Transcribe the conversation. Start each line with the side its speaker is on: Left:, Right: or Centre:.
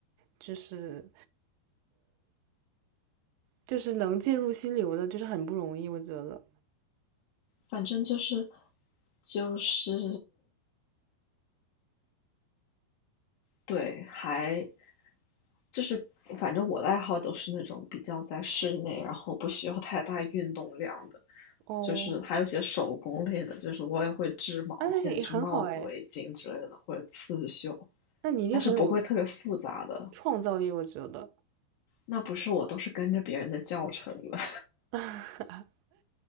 Right: 就是就是能进入心流的，就是很不容易，我觉得。
Left: 反正就是就是对，还就是反正我的爱好都是那种比较在室内，然后不需要太大运动量的，
Right: 哦，
Left: 就是还有一些手工类的，就是我也会织毛线，
Right: 啊，那也很好哎，
Left: 就是帽子、围巾之类的，或者刺绣，
Right: 那你一定很有
Left: 但是不会特别复杂的。
Right: 创造力，我觉得。
Left: 那不是我都是跟着别人的教程的。
Right: <laughs>